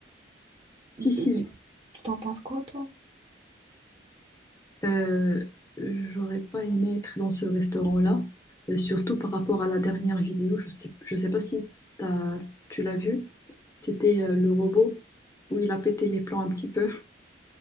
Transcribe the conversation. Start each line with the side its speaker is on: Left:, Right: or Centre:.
Left: Si,
Right: euh,
Left: si,
Right: tu t'en penses quoi, toi?
Left: Euh, j'aurais pas aimé être dans ce restaurant-là, et surtout par rapport à la dernière vidéo. Je sais, je sais pas si t'as- tu l'as vu. C'était euh, le robot où il a pété les plans un petit peu.